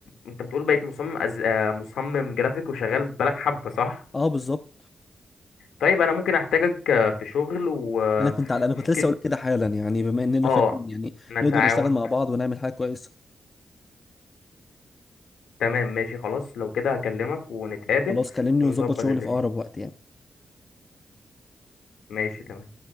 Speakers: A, on the left; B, on the left.
A: انت بتقول بقيت مصمم أز... آه، مصمم جرافيك وشغال بالك حبه صح
B: اه بالظبط
A: طيب انا ممكن احتاجك آه، في شغل وممكن
B: انا كنت على انا كنت لسه اقول كده حالا يعني بما اننا
A: اه
B: فاهم يعني
A: نتعاون
B: نقدر نشتغل مع بعض ونعمل حاجه كويسه
A: تمام ماشي خلاص لو كده هكلمك ونتقابل
B: خلاص كلمني
A: ونظبط
B: ونظبط شغلي
A: الدنيا
B: في اقرب وقت يعني
A: ماشي تمام